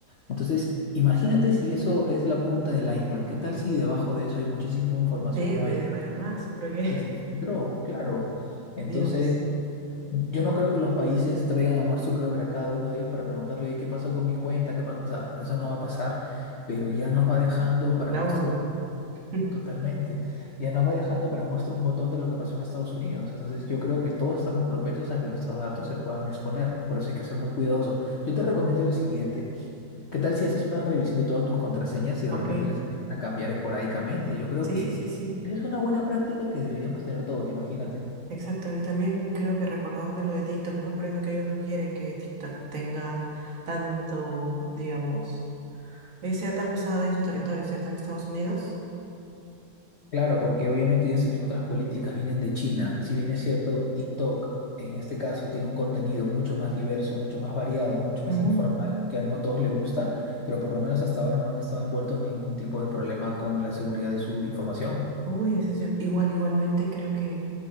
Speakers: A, on the left; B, on the right.
A: Entonces, imagínate si eso es la punta del iceberg. ¿Qué tal si debajo de eso hay muchísima información
B: Debe
A: nuestra
B: de haber más, porque
A: que se filtró? Claro. Entonces...
B: <laughs> Dios,
A: Yo no creo que los países traigan a Mark Zuckerberg a cada uno de ellos para preguntarle, oye, ¿qué pasó con mi cuenta? ¿Qué pasó? O sea, eso no va a pasar, pero ya nos va dejando para
B: la
A: muestra
B: ONU.
A: un...
B: <laughs>
A: Totalmente. Ya nos va dejando para muestra un botón de lo que pasó en Estados Unidos. Entonces yo creo que todos estamos propensos a que nuestros datos se puedan exponer. Por eso hay que ser muy cuidadoso. Yo te recomiendo lo siguiente. ¿Qué tal si haces una revisión de todas tus contraseñas y de
B: Ok,
A: repente las empiezas a cambiar esporádicamente? Yo creo
B: sí,
A: que
B: sí, sí, sí.
A: esa es una buena práctica que deberíamos tener todos, imagínate.
B: Exacto. Y también creo que recordar de lo de TikTok, ¿no? Por eso que ellos no quieren que TikTok tenga tanto, digamos, eh, sea tan usada en su territorio, ¿cierto? En Estados Unidos.
A: Claro, porque obviamente ellos tienen otras políticas, vienen de China. Si bien es cierto, TikTok en este caso tiene un contenido mucho más diverso, mucho más variado, mucho más
B: Ujú.
A: informal, que a no todos les gusta, pero por lo menos hasta ahora no han estado envueltos en ningún tipo de problema con la seguridad de su información.
B: Uy, ese es yo- Igual, igualmente creo que